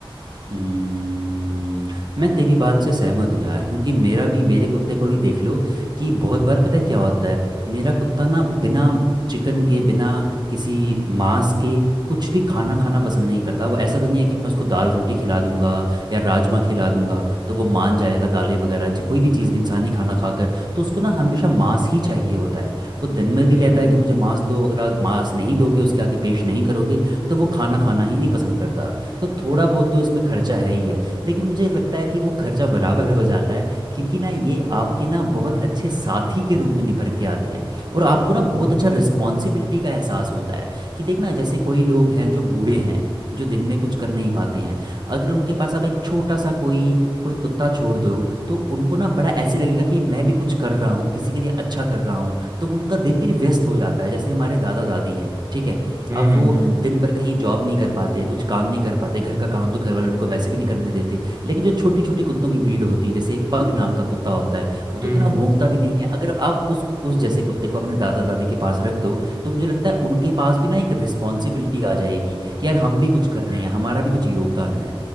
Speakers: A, on the right; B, on the right.
A: हम्म, मैं तेरी बात से सहमत हूँ यार क्योंकि मेरा भी मेरे कुत्ते को ही देख लो कि बहुत बार पता है क्या होता है मेरा कुत्ता ना बिना चिकन के बिना किसी मांस के कुछ भी खाना खाना पसंद नहीं करता वो ऐसा तो नहीं है कि मैं उसको दाल रोटी खिला दूंगा या राजमा खिला दूंगा तो वो मान जाएगा दालें वगैरह ची- कोई भी चीज़ इंसानी खाना खाकर तो उसको ना हमेशा मांस ही चाहिए होता है वो दिन में भी
B: हम्म
A: कहता है कि मुझे मांस दो अगर आप मांस नहीं दोगे उसके आगे पेश नहीं करोगे तो वो खाना खाना ही नहीं पसंद करता तो थोड़ा बहुत तो इसमें खर्चा है ही है लेकिन मुझे लगता है कि वो खर्चा बराबर हो जाता है क्योंकि ना ये आपके ना बहुत अच्छे साथी के रूप में निभर के आते हैं और आपको ना बहुत अच्छा रिस्पॉन्सिबिलिटी का एहसास होता है कि देखना जैसे कोई लोग हैं जो बूढ़े हैं जो दिन में कुछ कर नहीं पाते हैं अगर उनके पास आप एक छोटा सा कोई कोई कुत्ता छोड़ दो तो उनको ना बड़ा ऐसे लगेगा कि मैं भी कुछ कर रहा हूँ किसी के लिए अच्छा कर रहा हूँ तो उनका दिन भी व्यस्त हो जाता है जैसे हमारे दादा दादी हैं ठीक है
B: हम्म
A: अब वो
B: हम्म
A: दिन भर कहीं जॉब नहीं कर पाते कुछ काम नहीं कर पाते घर का काम तो घर वाले उनको वैसे भी नहीं करने देते लेकिन जो छोटी छोटी कुत्तों की ब्रीड होती है जैसे एक पग नाम का कुत्ता होता है वो तो
B: हम्म
A: इतना भौंकता भी नहीं है अगर आप उस उस जैसे कुत्ते को अपने दादा दादी के पास रख दो तो मुझे लगता है उनके पास भी ना एक रिस्पॉन्सिबिलिटी आ जाएगी कि यार हम भी कुछ कर रहे हैं हमारा भी कुछ योगदान है